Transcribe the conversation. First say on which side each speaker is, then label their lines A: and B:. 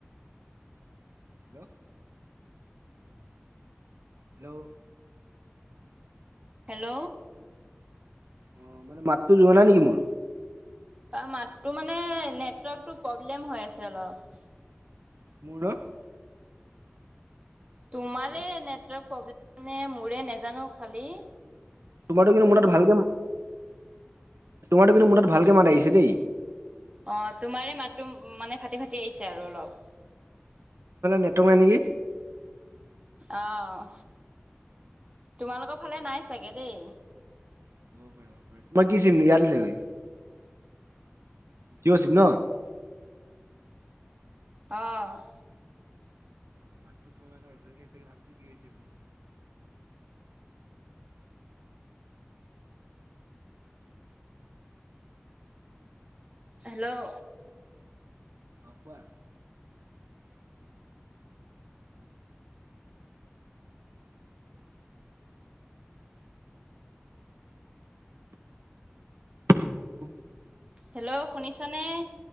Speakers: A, on the right (about 85°); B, on the right (about 25°).
A: হেল্ল'? হেল্ল'?
B: হেল্ল'?
A: অ মানে মাততো যোৱা নাই নেকি মোৰ?
B: তাৰ মাতটো মানে, নেটৱৰ্কটো প্ৰব্লেম হৈ আছে অলপ।
A: <unintelligible>
B: তোমাৰে
A: হেল্ল
B: নেটৱৰ্ক প্ৰব্লেম নে? মোৰে নেজানো খালী
A: কিন্ত মোৰ তাত ভালকে তোমাৰটো কিন্তু মোৰ তাত ভালকে মাত আহিছে দেই।
B: অ' তোমাৰে মাতটো মানে ফাটি ফাটি আহিছে আৰু অলপ।
A: নেটৱৰ্ক নাই নেকি?
B: অ' তোমালোকৰ ফালে নাই চাগে দেই।
A: <inaudible> <unintelligible> <unintelligible>
B: অ'
A: <unintelligible>
B: হেল্ল'
A: কোৱা হেল্ল'
B: হেল্ল' শুনিছানে?